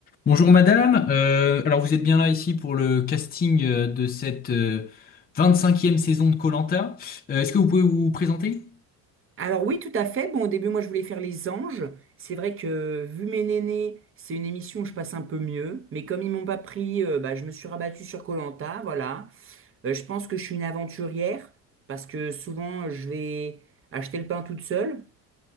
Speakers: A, on the left; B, on the right.
A: Bonjour madame, Euh, alors vous êtes bien là ici pour le casting euh, de cette euh, 25e saison de koh Est-ce que vous pouvez vous présenter?
B: Alors oui, tout à fait. Bon, au début, moi, je voulais faire Les Anges. C'est vrai que, vu mes nénés, c'est une émission où je passe un peu mieux. Mais comme ils m'ont pas pris, euh, bah, je me suis rabattue sur koh voilà. Euh, je pense que je suis une aventurière, parce que souvent, je vais acheter le pain toute seule.